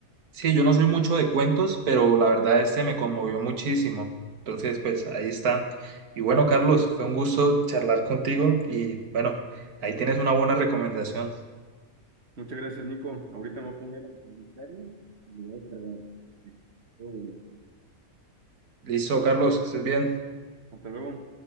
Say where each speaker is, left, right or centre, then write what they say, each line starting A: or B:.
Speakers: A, on the right; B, on the right.
A: Sí, yo no soy mucho de cuentos, pero la verdad este me conmovió muchísimo. Entonces, pues ahí está. Y bueno, Carlos, fue un gusto charlar contigo y bueno, ahí tienes una buena recomendación.
B: Muchas gracias, Nico. Ahorita me voy a poner a buscarlo y lo voy a descargar. Sí, todo bien.
A: Listo, Carlos, que estés bien.
B: Hasta luego.